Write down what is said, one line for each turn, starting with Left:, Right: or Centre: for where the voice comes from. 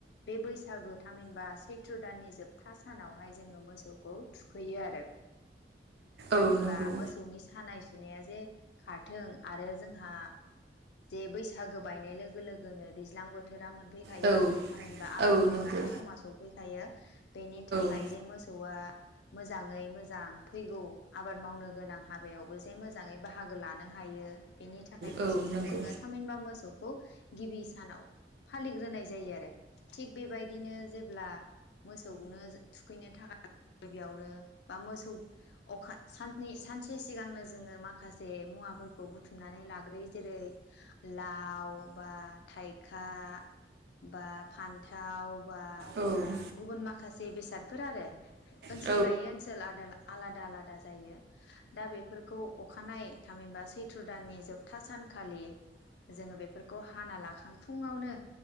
Left: बे बैसागु थामहिनबा सैथ्र दाननि जोबथा सानावहाय जोङो मोसौखौ थुखैयो आरो थामहिनबा
Right: औ नंगौ
Left: मोसौनि सानाय सुनाया जे खारथों आरो जोंहा जे बैसागो बायनाय लोगो लोगोनो दैज्लां बोथोरा मोन फैखायो
Right: औ
Left: थामहिनबा आबाद
Right: औ नंगौ औ
Left: मावनायनि
Right: नंगौ
Left: समा सफै खायो बेनि थाखाय
Right: औ
Left: जे मोसौआ मोजाङै मोजां फैगौ आबाद मावनो गोनां हाबायावबो जे मोजाङै बाहागो लानो हायो बेनि थाखाय मोसौखौ
Right: औ नंगौ
Left: जोङो थामहिनबा मोसौखौ गिबि सानाव फालिग्रोनाय जायो आरो थिग बेबायदिनो जेब्ला मोस सौनो थुखैनो थाखाय गिबियावनो बा मोसौ अखा सान सानसे सिगांनो जोङो माखासे मुवाफोरखौ बुथुमनानै लाग्रोयो जेरै लाव बा थाइखा बा फान्थाव बा
Right: औ औ
Left: गुबुन माखासे से बेसादफोर आरो ओनसोल
Right: औ नंगौ औ
Left: लायो ओनसोल आदाला आलादा आलादा जायो दा बेफोरखौ अखानाय थामहिनबा सैथ थ्र दाननि जोबथा सानखालि जोङो बेफोरखौ हाना लाखां फुङावनो